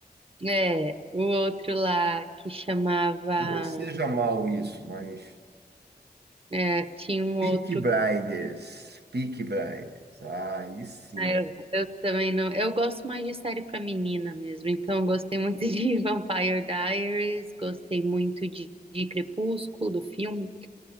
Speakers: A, on the right; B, on the right.
A: É, o outro lá que chamava.
B: Não que seja mal isso, mas.
A: é, tinha um outro.
B: Peaky Blinders. Peaky Blinders. Ah, aí sim.
A: ah, Eu, eu também não. Eu gosto mais de série pra menina mesmo. Então, eu gostei muito de <laughs> Vampire Diaries, gostei muito de, de Crepúsculo, do filme.